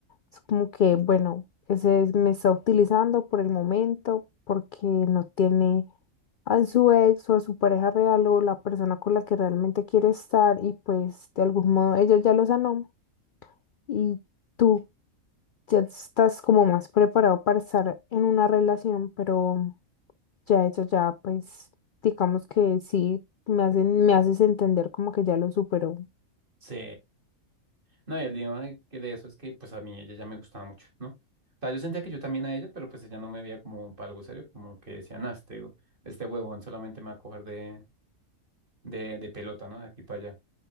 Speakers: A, on the left (about 65°); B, on the right (about 40°).
A: Es como que bueno, ese es- me está utilizando por el momento porque no tiene a su ex o a su pareja real o la persona con la que realmente quiere estar y pues de algún modo ella ya lo sanó y tú ya estás como más preparado para estar en una relación, pero ya eso ya pues digamos que sí me hacen, me haces entender como que ya lo superó.
B: Sí. No, y el tema de que de eso es que pues a mí ella ya me gustaba mucho, ¿no? O sea, yo sentía que yo también a ella, pero pues ella no me veía como para algo serio, como que decía, nah, este, este huevón solamente me va a coger de, de, de pelota, ¿no? De aquí para allá.